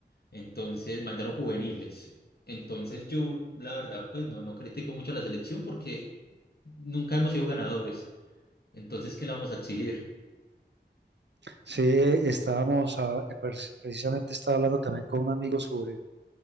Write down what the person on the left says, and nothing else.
entonces mandaron juveniles. Entonces yo, la verdad, pues no, no critico mucho a la selección porque nunca hemos sido ganadores. Entonces, ¿qué le vamos a exigir?